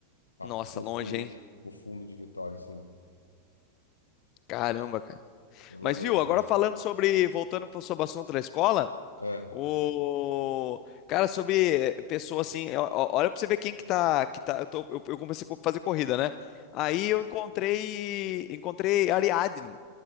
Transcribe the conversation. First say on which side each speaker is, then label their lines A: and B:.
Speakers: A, on the left (about 80°); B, on the left (about 40°).
A: Pra
B: nossa,
A: fu- Pro
B: longe,
A: fundo,
B: hein?
A: pro fundo de Vitória, assim, velho.
B: Caramba, cara.
A: Pelo
B: Mas
A: amor
B: viu,
A: de Deus.
B: agora falando sobre, voltando para o assunto da escola,
A: É.
B: O cara sobre eh, pessoa assim, ó- ó, olha pra você ver quem que tá, que tá, eu tô, eu, eu comecei a fazer corrida, né? Aí eu encontrei, encontrei Ariadne.